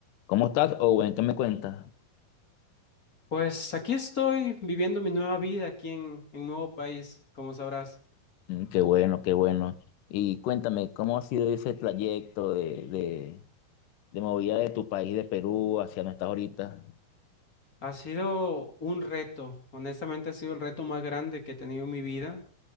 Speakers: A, on the left (about 65°); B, on the left (about 25°).
A: ¿Cómo estás, Owen? ¿Qué me cuentas?
B: Pues aquí estoy viviendo mi nueva vida aquí en un nuevo país, como sabrás.
A: Mm, qué bueno, qué bueno. Y cuéntame, ¿cómo ha sido ese trayecto de, de, de movida de tu país, de Perú, hacia donde estás ahorita?
B: Ha sido un reto, honestamente ha sido el reto más grande que he tenido en mi vida.